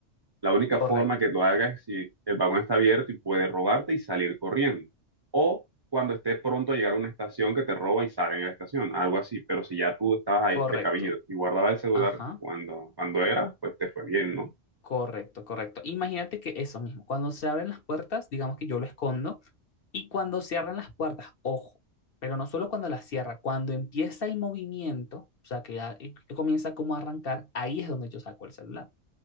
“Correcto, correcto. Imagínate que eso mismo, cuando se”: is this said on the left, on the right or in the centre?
Left